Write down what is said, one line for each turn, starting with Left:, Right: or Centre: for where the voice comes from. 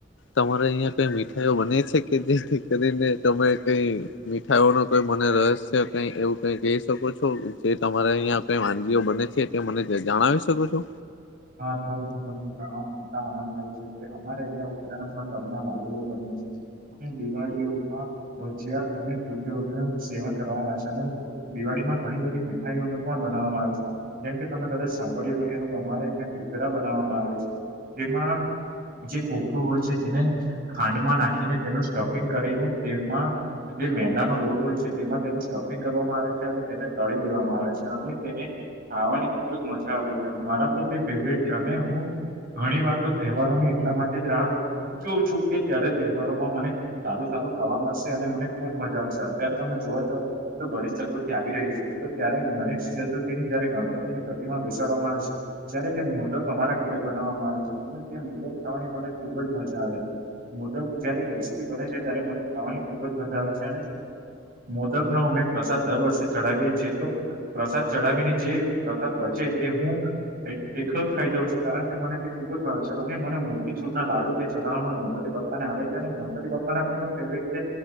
Left: તમારે અહિયાં કઈ મીઠાઈઓ બને છે કે જેથી કરીને તમે કઈ મીઠાઈઓ ન કઈ મને રહસ્ય કઈ એવું કઈ કહી શકો છો જે તમારે અહીં કઈ વાનગીઓ બને છે. તે મને જણાવી શકો છો.
Right: હા તો હું તમને જાણવા આનંદ થાય છ કે અમારે અહિયાં ઉત્તરાયણમાં તલના લાડુઓ બની છે. અને દિવાળીઓમાં ભજીયા અને પુલીઓનું સેવન કરવામાં આવે છે અને દિવાળી માં ઘણી બધી <unintelligible> પણ બનાવવામાં આવે છે જેમ કે તમે કદાચ સાંભળ્યું નહીં હોય અમારે ગોધરા બનાવામાં આવે છે જેમાં જે કોપરું હોય છે તેને ખાંડમાં નાખીને તેનું સ્ટફિંગ કરીને તેમાં જે મેદાનો લોટ હોય છે તેમાં તેનું સ્કફિંગ કરવામાં આવે છે અને તેને તળી દેવામાં આવે છે અને તેને આવાની ખુબ જ મજા આવે છે મારા તે ફેવરેટ છે અને હું ઘણી વાર તો તહેવારોને એટલા માટે જ રાહ જોઉં છું કે ત્યારે તહેવારોમાં મને સારું સારું ખાવા મળશે અને મને ખુબ મજા આવશે અત્યારે તમે જોવોતો તો ગણેશ ચતુર્થી આવી રહી છે તો ત્યારે ગણેશ ચતુર્થી ને જયારે ગણપતિની પ્રતિમાં બેસાડવામાં આવે છે જયારે તે મુર્દો તમારા ઘરે બનાવવામાં આવે છે અને તે મોદક ખાવાની મને ખુબ જ મજા આવી હતી મોદક જયારે ક્રિસ્પી બને છે ત્યારે મને ખાવાની ખુબ જ મજા આવે છે અને મોદકનો અમે પ્રસાદ દર વર્ષે ચઢાવીએ છીએ તો પ્રસાદ ચડાવીને જે પ્રસાદ બચે તે હું <unintelligible> ખાઈ જાવ છે કારણ કે મને તે ખોક જ ભાવે છે અને મને મો મોતીચૂર ના લાડુ છે ચઢાવવામાં ગણપતિપાને આવે છે અને ગણપતિ બપ્પાને પણ ફેવરેટ છે